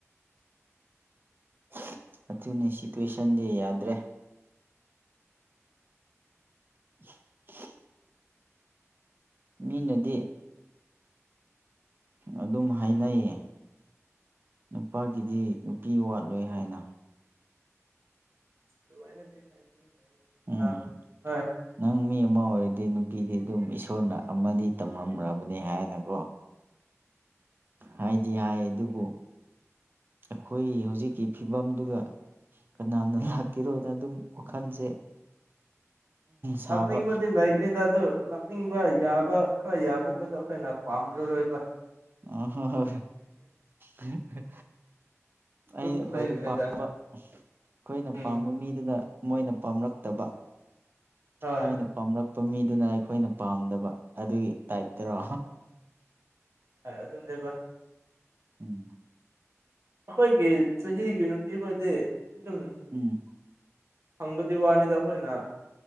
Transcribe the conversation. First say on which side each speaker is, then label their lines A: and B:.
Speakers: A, on the right (about 40°); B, on the right (about 55°).
A: <inaudible> ꯑꯗꯨꯅꯤ ꯁꯤꯇꯨꯋꯦꯁꯟꯗꯤ ꯌꯥꯗ꯭ꯔꯦ <unintelligible> ꯃꯤꯅꯗꯤ ꯑꯗꯨꯝ ꯍꯥꯏꯅꯩꯌꯦ ꯅꯨꯄꯥꯒꯤꯗꯤ ꯅꯨꯄꯤ ꯋꯥꯠꯂꯣꯏ ꯍꯥꯏꯅ
B: ꯑꯗꯨꯋꯥꯔꯦꯗꯤ ꯍꯥꯏꯗꯤ
A: ꯎꯝ
B: ꯍꯥꯏ ꯍꯣꯏ
A: ꯅꯪ ꯃꯤ ꯑꯃ ꯑꯣꯏꯔꯗꯤ ꯅꯨꯄꯤꯗꯤ ꯑꯗꯨꯝ ꯨꯅ ꯑꯃꯗꯤ ꯇꯝꯂꯝꯈ꯭ꯔꯕꯅꯤ ꯍꯥꯏꯅꯀꯣ ꯍꯥꯏꯗꯤ ꯍꯥꯏ ꯑꯗꯨꯕꯨ ꯑꯩꯈꯣꯏ ꯍꯧꯖꯤꯛꯀꯤ ꯐꯤꯕꯝꯗꯨꯒ ꯀꯅꯥꯅ ꯂꯥꯛꯀꯤꯔꯣꯅ ꯑꯗꯨꯝ ꯋꯥꯈꯜꯁꯦ ꯁꯥꯕ
B: ꯂꯛꯅ ꯃꯗꯤ ꯂꯥꯏꯛꯅꯦ ꯇꯗ ꯂꯛꯅꯤꯡ ꯈꯔ ꯌꯥꯕ ꯈꯔ ꯌꯥꯕ ꯈꯣꯏꯗꯣ ꯑꯩꯈꯣꯏꯅ ꯄꯥꯝꯂꯔꯣꯏꯕ
A: ꯑ ꯍ ꯍ ꯑꯩꯅ
B: ꯑꯗꯨꯁꯨ
A: ꯑꯩꯈꯣꯏꯅ
B: ꯂꯩꯕꯅꯤꯗ
A: ꯄꯥꯝꯕ ꯑꯩꯈꯣꯏꯅ
B: ꯎꯝ
A: ꯄꯥꯝꯕ ꯃꯤꯗꯨꯅ ꯃꯣꯏꯅ ꯄꯥꯝꯂꯛꯇꯕ
B: ꯍꯣꯏ
A: ꯃꯣꯏꯅ ꯄꯥꯝꯔꯛ ꯆꯄ ꯃꯤꯗꯨꯅ ꯑꯩꯈꯣꯏꯅ ꯄꯥꯝꯗꯕ ꯑꯗꯨꯒꯤ ꯇꯥꯏꯞꯇꯔꯣ
B: ꯑꯗꯨ ꯅꯦꯕ
A: ꯎꯝ
B: ꯑꯩꯈꯣꯏꯒꯤ ꯆꯍꯤꯒꯤ ꯅꯨꯄꯤꯈꯣꯏꯗꯤ ꯑꯗꯨꯝ
A: ꯎꯝ
B: ꯐꯪꯕꯗꯤ ꯋꯥꯅꯤꯗ ꯑꯩꯈꯣꯏꯅ